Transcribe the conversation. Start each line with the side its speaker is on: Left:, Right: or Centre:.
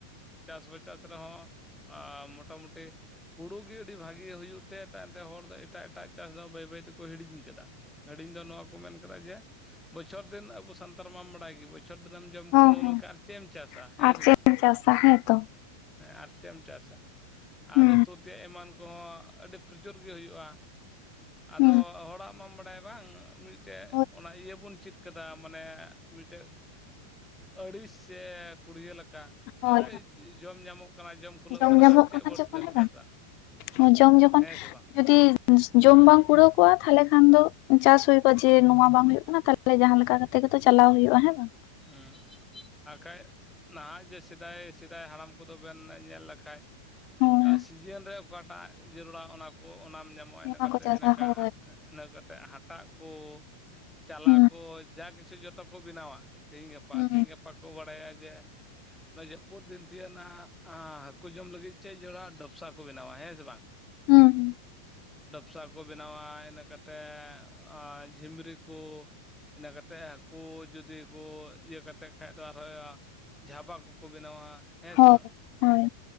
Centre: ᱪᱟᱥ ᱵᱟ ᱪᱟᱥ ᱨᱮᱦᱚᱸ ᱢᱚᱴᱟᱢᱩᱴᱤ ᱦᱩᱲᱩ ᱜᱮ ᱟᱹᱰᱤ ᱵᱷᱟᱜᱮ ᱦᱩᱭᱩᱜ ᱛᱮ ᱛᱟᱭᱚᱢ ᱛᱮ ᱦᱚᱲ ᱫᱚ ᱮᱴᱟᱜ ᱮᱴᱟᱜ ᱪᱟᱥ ᱫᱚ ᱵᱟᱹᱭ ᱵᱟᱹᱭ ᱛᱮᱠᱚ ᱦᱤᱲᱤᱧ ᱟᱠᱟᱫᱟ ᱾ ᱦᱟᱹᱰᱤᱧ ᱫᱚ ᱱᱚᱣᱟ ᱠᱚ ᱢᱮᱱ ᱟᱠᱟᱫᱟ ᱡᱮ ᱵᱚᱪᱷᱚᱨ ᱫᱤᱱ ᱟᱵᱚ ᱥᱟᱱᱛᱟᱲ ᱢᱟᱢ ᱵᱟᱲᱟᱭ ᱜᱮᱭᱟ ᱵᱚᱪ ᱵᱚᱪᱷᱚᱨ ᱫᱤᱱᱮᱢ ᱡᱚᱢ
Left: ᱦᱚᱸ
Centre: ᱠᱩᱞᱟᱹᱣ
Left: ᱦᱚᱸ
Centre: ᱞᱮᱠᱷᱟᱱ ᱟᱨ ᱪᱮᱫ ᱮᱢ ᱪᱟᱥᱟ ᱦᱮᱸ
Left: ᱟᱨ
Centre: ᱥᱮ
Left: ᱪᱮᱫ
Centre: ᱵᱟᱝ ᱾
Left: ᱮᱢ ᱪᱟᱥᱟ ᱦᱮᱸ ᱛᱚ
Centre: ᱦᱮ ᱟᱨ ᱪᱮᱫ ᱮᱢ ᱪᱟᱥᱟ ᱟᱨ
Left: ᱦᱩᱸ
Centre: ᱩᱛᱩ ᱛᱮᱭᱟᱜ ᱮᱢᱟᱱ ᱠᱚᱦᱚᱸ ᱟᱹᱰᱤ ᱯᱨᱚᱪᱩᱨ ᱜᱮ ᱦᱩᱭᱩᱜᱼᱟ᱾ ᱟᱫᱚ
Left: ᱦᱩᱸ
Centre: ᱦᱚᱲᱟᱜ ᱢᱟᱢ ᱵᱟᱰᱟᱭᱟ ᱵᱟᱝ ᱢᱤᱫ ᱢᱤᱫᱴᱮᱱ
Left: ᱦᱳᱭ
Centre: ᱚᱱᱟ ᱤᱭᱟᱹ ᱵᱚᱱ ᱪᱮᱫ ᱠᱟᱫᱟ ᱢᱟᱱᱮ ᱢᱤᱫᱴᱮᱡ ᱟᱹᱲᱤᱥ ᱥᱮ ᱠᱩᱲᱤᱭᱟᱹ ᱞᱮᱠᱟ ᱮᱭ
Left: ᱦᱳᱭ
Centre: ᱡᱚᱢ ᱧᱟᱢᱚᱜ ᱠᱟᱱᱟ ᱡᱚᱢ ᱠᱩᱞᱟᱹᱜ
Left: ᱡᱚᱢ ᱧᱟᱢᱚᱜ
Centre: ᱟᱨ ᱪᱮᱫ
Left: ᱠᱟᱱᱟ
Centre: ᱵᱟᱹᱲᱛᱤ
Left: ᱡᱚᱠᱷᱚᱱ
Centre: ᱫᱚᱢ
Left: ᱦᱮ
Centre: ᱪᱟᱥᱟ
Left: ᱵᱟᱝ ᱡᱚᱢ ᱡᱚᱠᱷᱚᱱ
Centre: ᱦᱮᱸ ᱥᱮ ᱵᱟᱝ
Left: ᱡᱩᱫᱤ ᱡᱚᱢ ᱵᱟᱝ ᱠᱩᱲᱟᱹᱣ ᱠᱚᱜᱼᱟ ᱛᱟᱦᱚᱞᱮ ᱠᱷᱟᱱ ᱫᱚ ᱪᱟᱥᱦᱩᱭ ᱠᱚᱜᱼᱟ ᱡᱮ ᱱᱚᱣᱟ ᱵᱟᱝ ᱦ ᱦᱩᱭᱩᱜ ᱠᱟᱱᱟ ᱛᱟᱦᱮ ᱞᱮ ᱡᱟᱦᱟᱸ ᱞᱮᱠᱟ ᱠᱟᱛᱮ ᱜᱮᱛᱚ ᱪᱟᱞᱟᱣ ᱦᱩᱭᱩᱜᱼᱟ ᱦᱮᱸ ᱵᱟᱝ?
Centre: ᱦᱮᱸ ᱟᱠᱷᱟᱡ ᱱᱟᱦᱟᱜ ᱡᱮ ᱥᱮᱫᱟᱭ ᱥᱮᱫᱟᱭ ᱦᱟᱲᱟᱢ ᱠᱚᱫᱚ ᱵᱮᱱ ᱧᱮᱞ ᱞᱮᱠᱷᱟᱡ
Left: ᱦᱚᱸ
Centre: ᱥᱤᱡᱤᱱ ᱨᱮ ᱚᱠᱟᱴᱟᱜ ᱡᱟᱹᱨᱩᱲᱟ ᱚᱱᱟ ᱠᱚ ᱚᱱᱟᱢ ᱧᱟᱢᱟ
Left: ᱱᱚᱣᱟ
Centre: ᱱᱚᱜᱼᱚᱭ
Left: ᱠᱚ
Centre: <unintelligible>
Left: ᱪᱟᱥᱟ
Centre: ᱤᱱᱟᱹ
Left: ᱦᱳᱭ
Centre: ᱠᱟᱛᱮᱫ ᱦᱟᱴᱟᱜ ᱠᱚ ᱪᱟᱞᱟ
Left: ᱦᱩᱸ
Centre: ᱠᱚ ᱡᱟ ᱠᱤᱪᱷᱩ ᱡᱚᱛᱚ ᱠᱚ ᱵᱮᱱᱟᱣᱟ᱾ ᱛᱮᱦᱤᱧ ᱜᱟᱯᱟ
Left: ᱦᱩᱸ
Centre: ᱛᱮᱦᱤᱧ ᱜᱟᱯᱟ ᱠᱚ ᱵᱟᱰᱟᱭᱟ ᱡᱮ ᱱᱚᱣᱟ ᱡᱟᱹᱯᱩᱫ ᱫᱤᱱ ᱛᱤᱭᱟᱜᱱᱟ ᱦᱟ ᱦᱟᱹᱠᱩ ᱡᱚᱢ ᱞᱟᱹᱜᱤᱫ ᱪᱮᱫ ᱡᱚᱲᱟ ᱰᱚᱯᱥᱟ ᱠᱚ ᱵᱮᱱᱟᱣᱟ ᱦᱮᱸ ᱥᱮ ᱵᱟᱝ?
Left: ᱦᱩᱸ
Centre: ᱰᱚᱯᱥᱟ ᱠᱚ ᱵᱮᱱᱟᱣᱟ ᱤᱱᱟᱹ ᱠᱟᱛᱮ ᱠᱟᱛᱮ ᱡᱷᱤᱢᱨᱤ ᱠᱚ᱾ ᱤᱱᱟᱹ ᱠᱟᱛᱮ ᱦᱟᱹᱠᱩ ᱡᱩᱫᱤ ᱠᱚ ᱤᱭᱟᱹᱠᱟᱛᱮ ᱠᱷᱟᱡ ᱫᱚ ᱟᱨᱦᱚᱸ ᱡᱷᱟᱵᱟ ᱠᱚᱠᱚ ᱵᱮᱱᱟᱣᱟ᱾ ᱦᱮᱸ ᱥᱮ
Left: ᱦᱳᱭ
Centre: ᱵᱟᱝ?
Left: ᱦᱳᱭ